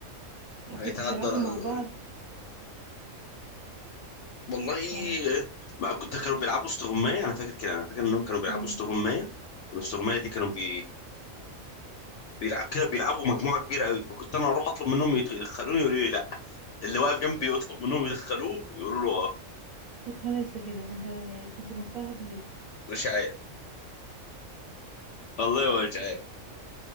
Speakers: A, on the right; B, on the left.
A: وكنتوا
B: هيتعدى
A: بتلعبوا
B: ال-
A: مع بعض
B: والله
A: يعني
B: ما كنت كانوا بيلعبوا استغماية انا فاكر كده انا فاكر انهم كانوا بيلعبوا
A: امم
B: استغماية والاستغماية دي كانوا بي بيلعب كده بيلعبوا مجموعه كبيره قوي فكنت انا اروح اطلب منهم يت- يدخلوني يقولوا لي لا اللي واقف جنبي يطلب منهم يدخلوه يقولوا له اه
A: خلاص كده انت كنت مضطهد ليه
B: مش عارف والله مش عارف